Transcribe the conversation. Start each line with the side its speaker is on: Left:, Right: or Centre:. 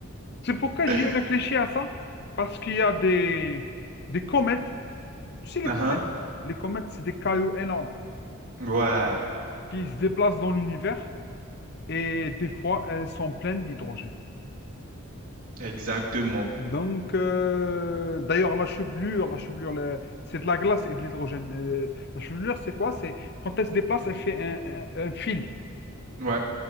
Left: C'est pourquoi j'y
Right: <laughs>
Left: ai réfléchi à ça, parce qu'il y a des, des comètes. Tu sais, les
Right: Uhum.
Left: comètes, les comètes, c'est des cailloux énormes
Right: Ouais,
Left: qui se déplacent dans l'univers et des fois, elles sont pleines d'hydrogène.
Right: exactement.
Left: Donc, euh, d'ailleurs, la chevelure, la chevelure, le- c'est de la glace et de l'hydrogène. Euh, la chevelure, c'est quoi? C'est quand elle se déplace, elle fait un, un- un fil.
Right: Ouais,